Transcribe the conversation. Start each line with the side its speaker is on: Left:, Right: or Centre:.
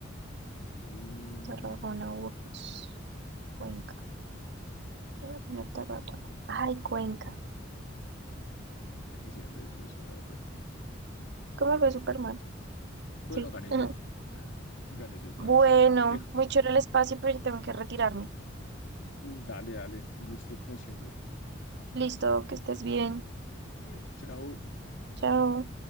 Left: Uh,
Right: Tarragona, Burgos, Cuenca. Voy a poner Tarragona. Ay, Cuenca.
Left: yo ni sé dónde es eso, la verdad.
Right: ¿Cómo fue Superman?
Left: Bueno,
Right: Sí.
Left: gané
Right: <laughs>
Left: yo. <laughs> Gané yo otra
Right: Bueno,
Left: vez. Mej-
Right: muy chévere el espacio, pero yo tengo que retirarme.
Left: Dale, dale. Un gusto como siempre.
Right: Listo, que estés bien.
Left: Eh, chao.
Right: Chao.